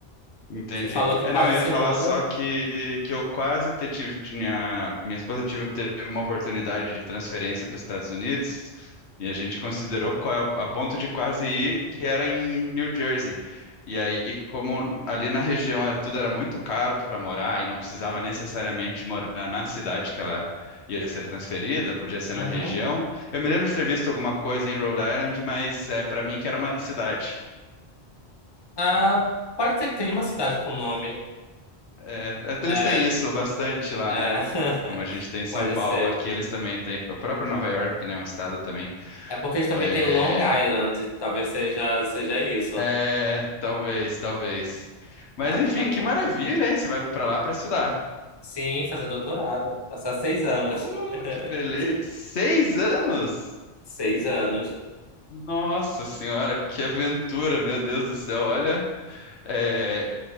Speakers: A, on the left; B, on the left.
A: Entendi.
B: Você falou que
A: É,
B: quase
A: não, eu ia
B: se
A: falar
B: muda.
A: só que, que eu quase te- tive, minha, minha esposa tive, teve uma oportunidade de transferência para os Estados Unidos e a gente considerou qua- a ponto de quase ir, que era em New Jersey. E aí, como ali na região era, tudo era muito caro para morar e não precisava necessariamente morar na cidade que ela ia ser transferida, podia ser
B: Uhum.
A: na região. Eu me lembro de ter visto alguma coisa em Rhode Island, mas é, para mim que era uma cidade.
B: Ah, pode ser que tenha uma cidade com nome.
A: É, até
B: É,
A: eles têm isso bastante lá,
B: é, <laughs>
A: né? Como a gente tem em São
B: pode
A: Paulo
B: ser.
A: aqui, eles também têm. A própria Nova York, né? é Um estado também.
B: É porque eles também
A: É,
B: têm Long Island. Talvez seja, seja isso.
A: é, talvez, talvez. Mas
B: Ah,
A: enfim,
B: que bacana.
A: que maravilha, hein? Você vai pra lá pra estudar.
B: Sim, fazer doutorado. Passar seis anos.
A: Oh,
B: <laughs>
A: que beleza! Seis anos?
B: Seis anos.
A: Nossa Senhora, que aventura, meu Deus do céu! Olha, é,